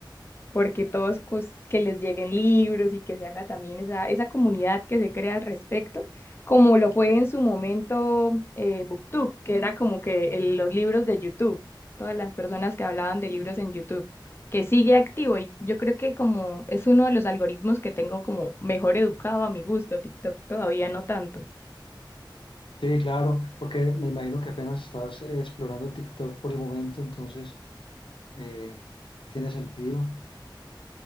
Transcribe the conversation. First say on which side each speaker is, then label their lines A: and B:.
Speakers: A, on the left; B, on the left.
A: porque todos pues, que les lleguen libros y que se haga también esa, esa comunidad que se crea al respecto, como lo fue en su momento eh, BookTube, que era como que el- los libros de YouTube, todas las personas que hablaban de libros en YouTube, que sigue activo y yo creo que como es uno de los algoritmos que tengo como mejor educado a mi gusto, TikTok todavía no tanto.
B: Sí, claro, porque me imagino que apenas estás eh, explorando TikTok por el momento, entonces eh, tiene sentido.